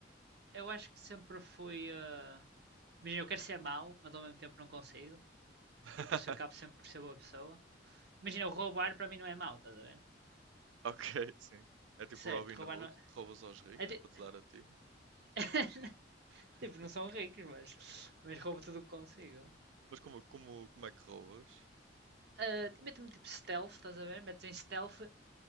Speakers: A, on the right; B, on the right.
A: eu acho que sempre fui. ah, Imagina, eu quero ser mau, mas ao mesmo tempo não consigo.
B: <laughs>
A: E por isso eu acabo sempre por ser boa pessoa. Imagina, o roubar para mim não é mau, estás a ver?
B: Ok, sim. É tipo
A: Certo,
B: Robin
A: roubar
B: Hood,
A: não.
B: roubas aos
A: É
B: ricos
A: é ti-
B: para te dar a ti.
A: <laughs>
B: <laughs>
A: tipo, não são ricos, mas. Mas roubo tudo o que consigo.
B: Mas como, como, como é que roubas?
A: Ah, Meto-me tipo stealth, estás a ver? Metes em stealth